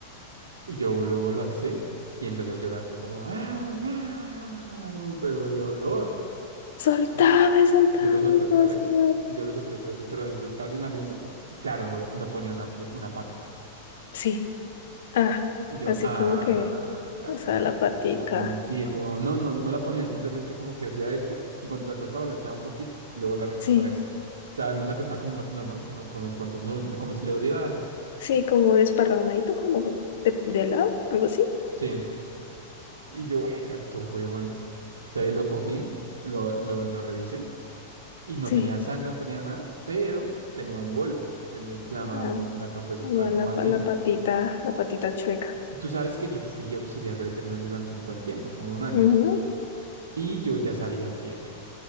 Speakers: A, on the right; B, on the left.
A: Y yo luego lo alcé y empezó a llorar. Como, ¡ah! miau", Pero de dolor.
B: Soltame,
A: Yo,
B: soltame,
A: yo lo solté
B: me
A: otra
B: va a
A: vez
B: sudar".
A: y yo lo solté otra vez, pero despacio en la mesa. Y claro, no, no ponía una, pie- una pata.
B: Sí, ah,
A: Y yo,
B: así
A: ah,
B: como que,
A: gato,
B: o sea, la
A: huevón.
B: patica.
A: Sí, como, no, no, no la ponía, simplemente como que hacía esto y cuando se acostaba la alzaba un poquito y luego la recostaba
B: Sí,
A: y sí. O sea, no se acostaba como un gato normal, sino como cuando uno, como si le doliera algo.
B: sí, como desparramadito, como de, de lado, algo así.
A: Sí. Y yo, ay, gato, huevón. Entonces lo cogí, lo, lo, lo revisé y no
B: Sí,
A: tenía sangre, no tenía nada, pero tenía un golpe, tenía inflama
B: ah,
A: una parte de su
B: tenía
A: pan-
B: la,
A: manita.
B: pa- la patita, la patita chueca.
A: Tú sabes que yo fui auxiliar de veterinario durante un buen tiempo, como un año,
B: Ujú.
A: y yo ya sabía qué era.